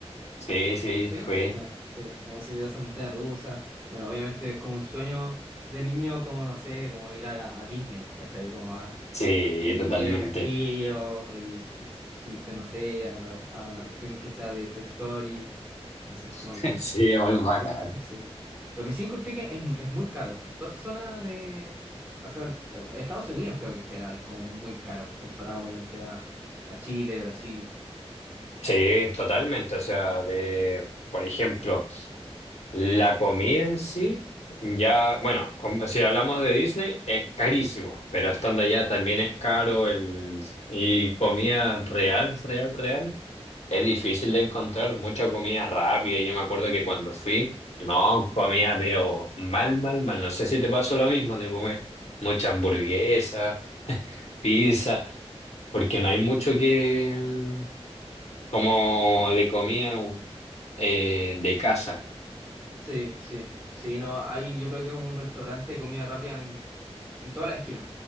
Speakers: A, on the left (about 80°); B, on the right (about 15°).
A: sí, sí,
B: Sí,
A: fue.
B: sí, sí. No, Eso ya esa montaña rusa. Bueno, obviamente es como un sueño de niño, como no sé, como ir a, la- a Disney, ¿cachai? Como a-
A: Sí,
B: y
A: totalmente.
B: ver el castillo y, y subirte, no sé, a la, a la cuestión que sea de Toy Story. Entonces,
A: <laughs>
B: como que.
A: Sí, muy bacán.
B: se fue, <laughs> Sí. Lo que sí encontré que es, es muy caro. Toda esa zona de. O sea, Estados Unidos creo que en general es como muy caro, comparado obviamente a, a Chile, Brasil.
A: Sí, totalmente. O sea, de, por ejemplo, la comida en sí, ya, bueno, com- si hablamos de Disney, es carísimo, pero estando allá también es caro el, y comida real, real, real. Es difícil de encontrar mucha comida rápida. Yo me acuerdo que cuando fui, no comía, pero mal, mal, mal. No sé si te pasó lo mismo de comer mucha hamburguesa, pizza, porque no hay mucho que mm, como de comida eh, de casa.
B: Sí, sí, sí, no, hay yo creo que es un restaurante de comida rápida en, en toda la esquina,